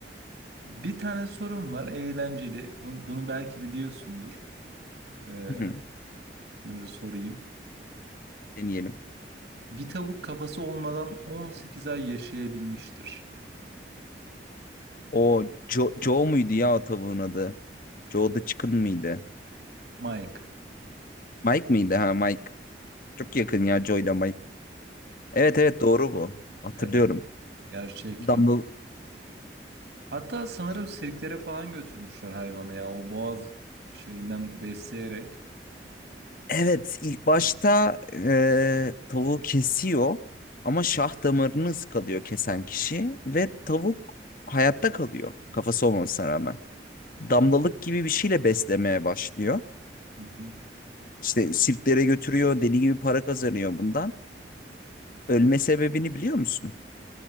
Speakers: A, on the right; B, on the left.
A: Bir tane sorum var. Eğlenceli. Bu- Bunu belki biliyorsundur. Ee,
B: Hı hı,
A: yine sorayım.
B: Deneyelim.
A: Bir tavuk kafası olmadan 18 ay yaşayabilmiştir.
B: O Joe, Joe muydu ya o tavuğun adı? Joe the Chicken mıydı?
A: Mike.
B: Mike mıydı ha Mike? Çok yakın ya Joe ile Mike. Evet evet doğru bu. Hatırlıyorum.
A: Evet, gerçek
B: Dumble,
A: Hatta sanırım sirklere falan götürmüşler hayvanı ya. O boğaz şeyinden besleyerek.
B: Evet, ilk başta eee, tavuğu kesiyor ama şah damarını ıskalıyor kesen kişi ve tavuk hayatta kalıyor kafası olmasına rağmen. Damlalık gibi bir şeyle beslemeye başlıyor.
A: Hı hı.
B: İşte sirklere götürüyor, deli gibi para kazanıyor bundan. Ölme sebebini biliyor musun?